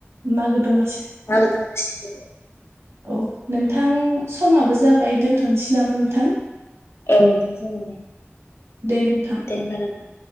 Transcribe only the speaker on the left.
<unintelligible>
औ दे जागोनदे।
दे होमबा नोंथां।